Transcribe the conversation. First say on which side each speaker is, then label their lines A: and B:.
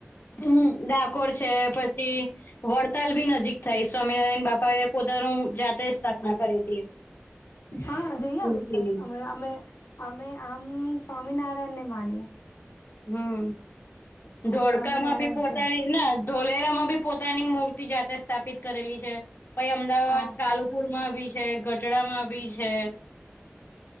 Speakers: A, on the left; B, on the left.
A: હમ્મ ડાકોર છે પછી વડતાલ ભી નજીક થાય સ્વામિનારાયણ બાપા એ પોતાનું જાતે સ્થાપના કરેલી હતી.
B: હા જઈ
A: મૂર્તિની
B: આવે છે અમે અમે અમે આમ સ્વામિનારાયણ ને માનીએ.
A: હમ
B: અમે
A: ધોળકા
B: સ્વામિનારાયણ
A: માં બી પોતાની
B: છે
A: ના ધોલેરા માં ભી પોતાની મૂર્તિ જાતે સ્થાપિત કરેલી છે પહી અમદાવાદ
B: હા
A: કાલુ પુર માં બી છે ગટડામાં બી
B: <unintelligible>
A: છે